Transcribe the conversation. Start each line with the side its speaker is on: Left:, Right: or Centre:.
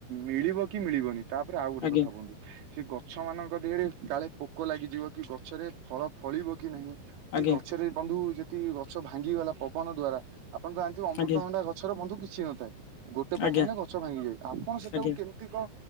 Right: ମିଳିବ କି ମିଳିବନି ତାପରେ ଆଉ ଗୋଟେ
Left: ଆଜ୍ଞା
Right: କ ନ୍ଧୁ ସେ ଗଛ ମାନଙ୍କ ଦିହରେ କାଳେ ପୋକ ଲାଗିଯିବ କି ଗଛରେ ଫଳ ଫଳିବ କି ନାହିଁ। କି
Left: ଆଜ୍ଞା
Right: ଗଛରେ ବନ୍ଧୁ ଯେତିି ଗଛ ଭାଙ୍ଗିଗଲା ପବନ ଦ୍ଵାରା ଆପଣ ତ ଜାଣିଥିବେ ଅମୃତଭଣ୍ଡା
Left: ଆଜ୍ଞା
Right: ଗଛାରେ ବନ୍ଧୁ କିଛି ନ ଥାଏ। ଗୋଟେ ପବନରେ
Left: ଆଜ୍ଞା
Right: ଗଛ ଭାଙ୍ଗିଯାଏ ଆପଣ ସେଟାକୁ
Left: ଆଜ୍ଞା
Right: କେମିତି କଣ